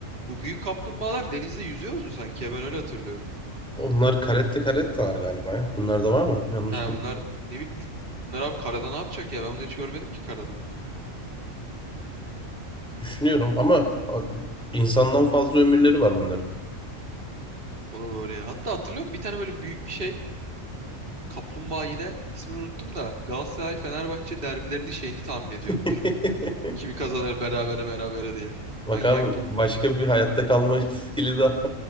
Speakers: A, on the right; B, in the centre.
A: Bu büyük kaplumbağalar denizde yüzüyordu sanki ya ben öyle hatırlıyorum.
B: Onlar karette karettalar galiba ya. Bunlar da var mı? Yanlış
A: He
B: bilmiyorum.
A: bunlar ne bileyim bunlar abi karada ne yapacak ya ben bunları hiç görmedim ki karada.
B: Düşünüyorum ama insandan fazla ömürleri var bunların.
A: O da doğru ya. Hatta hatırlıyor musun? Bir tane böyle büyük bir şey. Kaplumbağa yine ismini unuttum da Galatasaray Fenerbahçe derbilerinin şeyini tahmin ediyormuş.
B: <laughs>
A: Kimi kazanır berabere berabere diye. Manyak
B: Bak abi
A: ya.
B: başka bir hayatta kalma <laughs> skili daha.